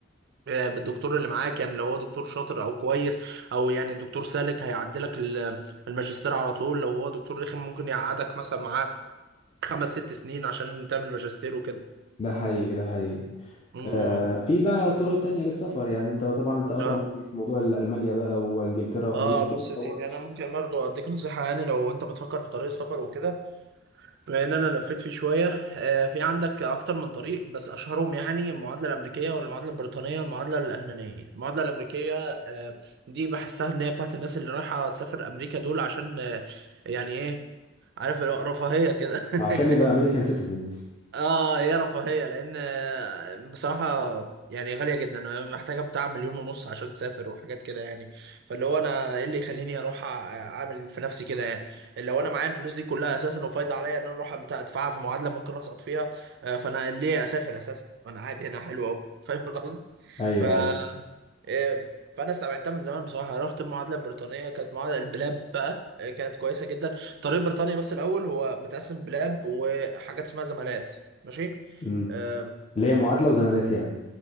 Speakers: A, on the right; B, on the left.
A: آه، الدكتور اللي معاه كان لو هو دكتور شاطر او كويس او يعني دكتور سالك هيعدلك ال- الماجستير على طول لو هو دكتور رخم ممكن يقعدك مثلا معاه خمس ست سنين عشان تعمل ماجستير وكده
B: ده حقيقي ده حقيقي
A: امم
B: آه، في بقى طرق تانية للسفر يعني انت طبعا انت ادرى
A: اه
B: مني في موضوع المانيا بقى وانجلترا وامريكا
A: اه
B: اكيد
A: بص
B: انت
A: يا
B: دورت
A: سيدي انا ممكن برضه اديك نصيحه يعني لو انت بتفكر في طريق السفر وكده بما ان انا لفيت فيه شويه آه، في عندك اكتر من طريق بس اشهرهم يعني المعادله الامريكيه والمعادله البريطانيه والمعادله الالمانيه المعادله الامريكيه آه، دي بحسها ان هي بتاعت الناس اللي رايحه تسافر امريكا دول عشان آه، يعني ايه عارف اللي هو رفاهيه كده <laughs>
B: عشان يبقى امريكان سيتيزن
A: اه يا رفاهية لان بصراحة يعني غالية جدا أنا محتاجة بتاع مليون ونص عشان تسافر وحاجات كده يعني فاللي هو انا ايه اللي يخليني اروح أع- اعمل في نفسي كده يعني لو انا معايا الفلوس دي كلها اساسا وفايضة عليا ان انا اروح أمت- ادفعها في معادلة ممكن اسقط فيها آه، فانا ليه اسافر اساسا وانا قاعد هنا حلو اهو فاهم القصد
B: ايوه
A: ف
B: ايوه
A: إيه، فانا سمعتها من زمان بصراحه رحت المعادله البريطانيه كانت معادله البلاب بقى إيه، كانت كويسه جدا طريق بريطانيا بس الاول هو متقسم بلاب وحاجات اسمها زمالات ماشي
B: امم
A: آم،
B: اللي هي معادله وزمالات يعني